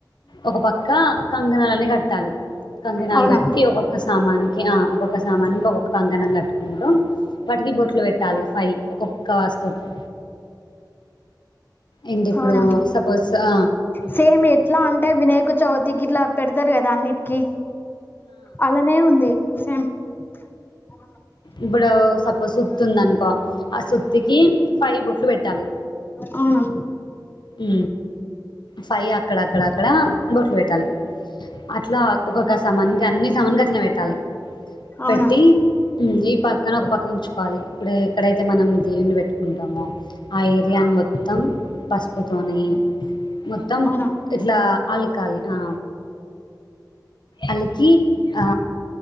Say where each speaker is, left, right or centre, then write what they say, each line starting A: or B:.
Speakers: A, on the left (about 80°); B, on the left (about 25°).
A: ఒక పక్క కంకణాలని కట్టాలి కంకణాలు
B: అవునా
A: కట్టి
B: అవునా
A: ఒక్కొక్క సామాన్నికి ఆ ఒక్కొక్క సామానికి ఒక్కొక్క కంకణం కట్టుకుంటూ వాటికి బొట్లు పెట్టాలి ఫై ఒక్కొక్క వస్తువుకి ఏంటి ఇప్పుడు
B: అవునా
A: సపోజ్ ఆ
B: సేమ్ ఎట్లా అంటే వినాయక చవితికి ఇట్లా పెడతారు కదా అన్నిటికిీ అలానే ఉంది సేమ్ <unintelligible>
A: ఇప్పుడు సపోజ్ సుత్తి ఉందనుకో ఆ సుత్తికి ఫైవ్ బొట్లు పెట్టాలి
B: అవునా!
A: ఊ, ఫై అక్కడ, అక్కడ, అక్కడ, బొట్లు పెట్టాలి. అట్లా ఒకొక్క సమాన్కి, అన్ని సమాన్కి అట్లా పెట్టాలి.
B: అవునా
A: పెట్టి ఉమ్ ఈ పక్కన ఒక పక్క ఉంచుకోవాలి. ఇప్పుడు ఎక్కడైతే, మనం దేవుని పెట్టుకుంటామో. ఆ ఏరియా మొత్తం. పసుపుతోని, మొత్తం
B: అవునా
A: ఇట్లా అలకాలి. అ అలికి ఆ